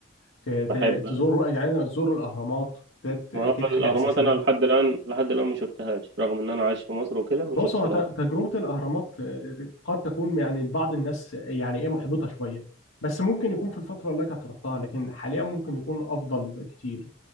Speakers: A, on the left; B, on the right.
A: ت... ت...
B: بحب
A: تزور يعني تزور الاهرامات ده ت- اكيد
B: ما هو
A: حاجه
B: الأهرامات
A: اساسيه
B: أنا لحد الآن لحد الآن ما شفتهاش رغم إن أنا عايش في مصر وكده ما
A: بص
B: شفتش
A: هو
B: الأهرام
A: ت- تجربة الأهرامات آه، قد تكون يعني لبعض الناس يعني إيه محبطة شوية بس ممكن يكون في الفترة اللي كانت رحتها لكن حاليا ممكن يكون أفضل كتير